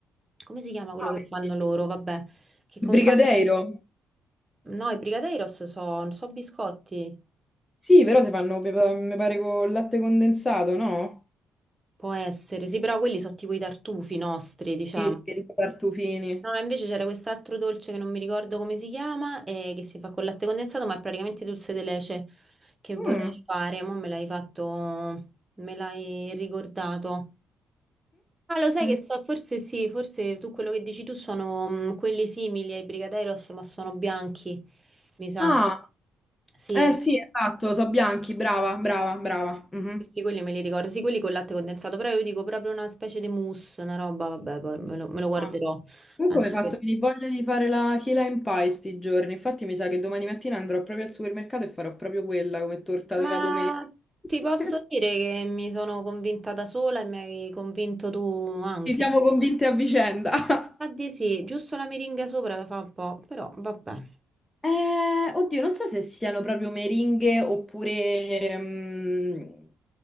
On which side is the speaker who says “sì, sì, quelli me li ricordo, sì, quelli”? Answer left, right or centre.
Right